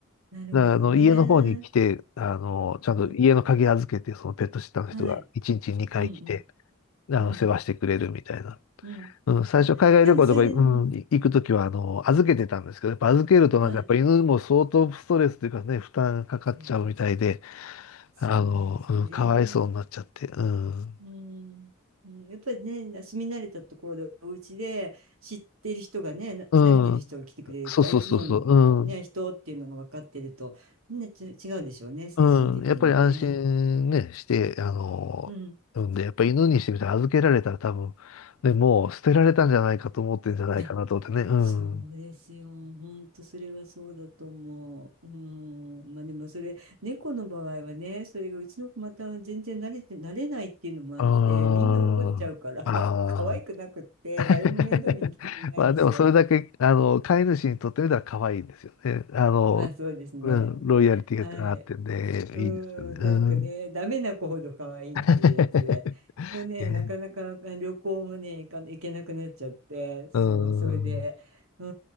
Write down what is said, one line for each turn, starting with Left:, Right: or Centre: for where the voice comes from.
Right: なるほどね。
Left: だからあの、家の方に来て、あの、ちゃんと家の鍵預けて、
Right: うん。
Left: そのペットシッターの人が1日2回来て、
Right: はい。うんうん。
Left: あの、
Right: うん。
Left: 世話してくれるみたいな。
Right: うん。
Left: うん、最初海外旅行とか、
Right: あ、でもそれで、
Left: うん、
Right: うん
Left: 行くときは、あの、預けてたんですけど、やっぱ預けるとなんかやっぱ犬も相当ストレスというかね、
Right: はい。
Left: 負担かかっちゃうみたいで、
Right: いや、そうですね。
Left: あの、うん、かわいそうになっちゃって、うん。
Right: うん。うんやっぱりね、住み慣れたところで、お家で知ってる人がね、な慣れてる人が来てくれると、
Left: うん。そうそうそうそう。
Right: あいつものね、
Left: うん。
Right: 人っていうのが分かってると、ね、ち違うでしょうね、精神的にもね。
Left: うん、やっぱり安心ね、して、あの、
Right: うん。
Left: 産んで、やっぱり犬にしてみたら預けられたら多分、ね、もう捨てられたんじゃないかと思ってんじゃないかなと思ってね、
Right: いや、
Left: うん。
Right: そうですよ。
Left: う
Right: 本当それはそうだと思う。うん。まあでもそれ、猫の場合はね、それがうちの子また全然慣れて、慣れないっていうのもあって、
Left: ん。
Right: みんな怒っちゃうから、
Left: ああ。
Right: <laughs> 可愛くなくって、
Left: <laughs>
Right: 誰も面倒見に来てくれないんですよ。
Left: まあでもそれだけ、あの、飼い主にとってみたら可愛いんですよね。あの、
Right: まあそうですね。
Left: うん、ロイヤリティがあってんで、
Right: はい。う
Left: いいですよね。
Right: ん、なんかね、
Left: うん。
Right: ダメな子ほど可愛いっていうやつで、
Left: <laughs>
Right: そのね、
Left: ね
Right: なかなかあ旅行もね、行か、行けなくなっちゃって、そう、
Left: う
Right: それで、
Left: ん。
Right: う